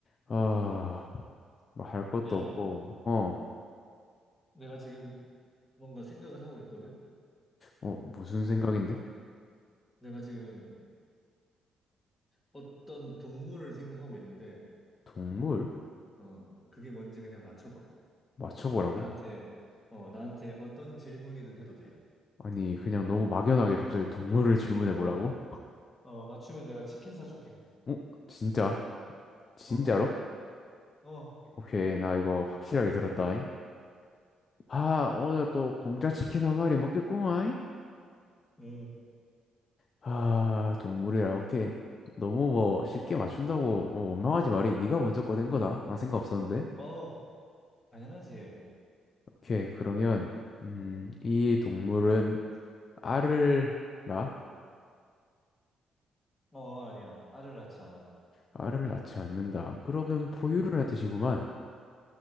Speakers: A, on the left; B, on the left.
A: 아, 뭐 할 것도
B: 야,
A: 없고, 어,
B: 내가 지금 뭔가 생각을 하고 있거든?
A: 어, 무슨 생각인데?
B: 내가 지금 어떤 동물을 생각하고 있는데,
A: 동물?
B: 어, 그게 뭔지 그냥 맞춰봐.
A: 맞춰보라고?
B: 나한테, 어, 나한테 어떤 질문이든 해도 돼.
A: 아니, 그냥 너무 막연하게 갑자기 동물을 질문해보라고?
B: 어, 맞추면 내가 치킨 사줄게.
A: 어? 진짜? 진짜로?
B: 어, 어,
A: 오케이, 나 이거 확실하게 들었다잉. 아, 오늘 또 공짜 치킨 한 마리 먹겠구만.
B: 음,
A: 아, 동물이라, 오케이. 너무 뭐 쉽게 맞춘다고 뭐 원망하지 말이. 네가 먼저 꺼낸 거다. 나 생각 없었는데.
B: 어, 당연하지.
A: 오케이, 그러면, 음, 이 동물은 알을 낳아?
B: 어, 아니야. 알을 낳지 않아.
A: 알을 낳지 않는다. 그러면 포유를
B: 음,
A: 하듯이구만.